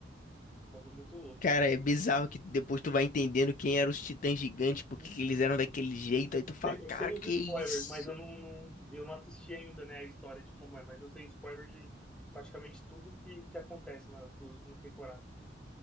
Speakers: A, in the centre; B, on the left (about 45°).
A: Pô, é muito louco.
B: Cara, é bizarro que depois tu vai entendendo quem eram os titãs gigantes, porque
A: Eu
B: eles eram daquele jeito, aí tu fala,
A: sei eu
B: cara,
A: sei
B: que
A: os
B: isso?
A: spoilers, mas eu não, não- eu não assisti ainda, né, a história de como é, mas eu sei spoiler de praticamente tudo que, que acontece nas duas últimas temporadas.